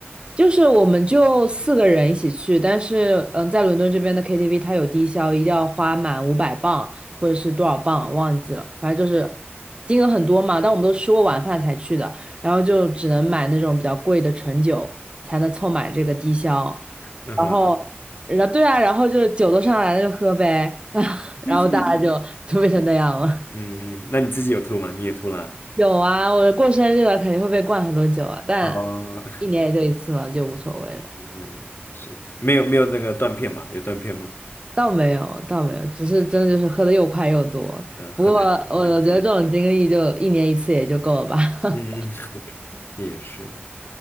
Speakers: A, on the right (about 25°); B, on the left (about 60°).
A: 就是我们就四个人一起去，但是嗯，在伦敦这边的 KTV 它有低消，一定要花满五百磅或者是多少磅忘记了，反正就是金额很多嘛。但我们都吃过晚饭才去的，然后就只能买那种比较贵的纯酒才能凑满这个低消。
B: 嗯哼，
A: 然后，然后对啊，然后就酒都上来了就喝呗，<laughs>
B: <laughs>
A: 然后大家就就变成那样了。
B: 嗯嗯，那你自己有吐吗？你也吐了？
A: 有啊，我过生日了肯定会被灌很多酒啊，但一年也就一次嘛，
B: 哦，
A: 就无所谓了。
B: 嗯，是没有没有那个断片吧？有断片吗？
A: 倒没有，倒没有，只是真的就是喝的又快又多。
B: 嗯、很难很难受，
A: 不过我我觉得这种经历就一年一次也就够了吧。<laughs>
B: 嗯，<laughs> 也是，